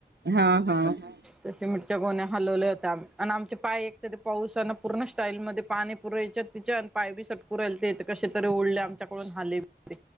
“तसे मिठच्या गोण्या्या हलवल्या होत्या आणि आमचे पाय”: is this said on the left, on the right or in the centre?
Centre